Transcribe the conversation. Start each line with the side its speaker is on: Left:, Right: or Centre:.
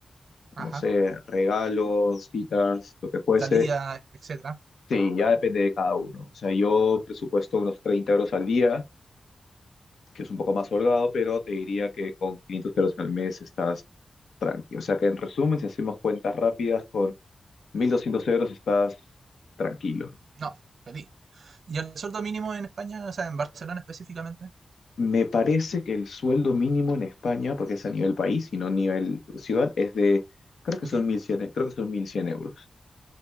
Right: Ajá.
Left: no sé, regalos, citas, lo que fuese.
Right: Salida, etcétera.
Left: Sí, ya depende de cada uno. O sea, yo presupuesto unos 30 euros al día, que es un poco más holgado, pero te diría que con 500 euros al mes estás tranqui. O sea que en resumen, si hacemos cuentas rápidas con 1200 euros estás tranquilo.
Right: No, feliz. ¿Y el sueldo mínimo en España, o sea, en Barcelona específicamente?
Left: Me parece que el sueldo mínimo en España, porque es a nivel país y no a nivel ciudad, es de, creo que
Right: Ok.
Left: son mil cien creo que son mil cien euros.